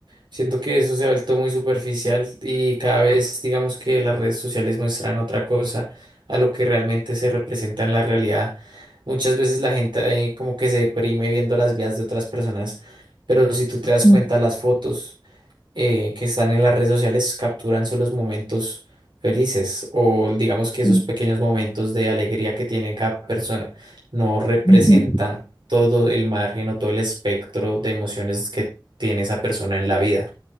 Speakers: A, on the right; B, on the left.
A: Siento que eso se ha vuelto muy superficial y cada vez digamos que las redes sociales muestran otra cosa a lo que realmente se representa en la realidad. Muchas veces la gente eh, como que se deprime viendo las vidas de otras personas, pero si tú te das
B: ujú,
A: cuenta, las fotos eh, que están en las redes sociales capturan solo los momentos felices o digamos que esos
B: sí,
A: pequeños momentos de alegría que tiene cada persona. No representa
B: ujú,
A: todo el margen o todo el espectro de emociones que tiene esa persona en la vida.